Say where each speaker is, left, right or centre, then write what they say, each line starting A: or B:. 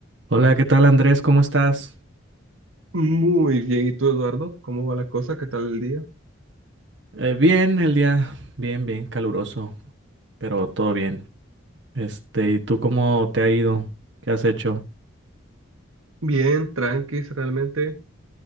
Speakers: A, on the right; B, on the right.
A: Hola, ¿qué tal Andrés? ¿Cómo estás?
B: Muy bien, ¿y tú, Eduardo? ¿Cómo va la cosa? ¿Qué tal el día?
A: Eh, bien, el día bien, bien caluroso, pero todo bien. Este, ¿y tú cómo te ha ido? ¿Qué has hecho?
B: Bien, tranquis, realmente.